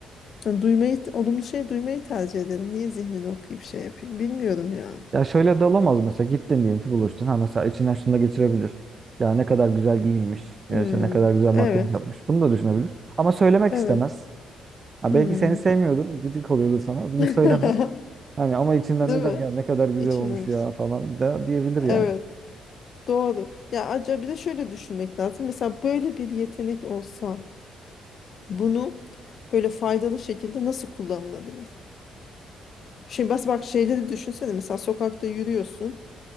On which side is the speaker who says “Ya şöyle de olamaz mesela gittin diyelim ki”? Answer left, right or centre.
Right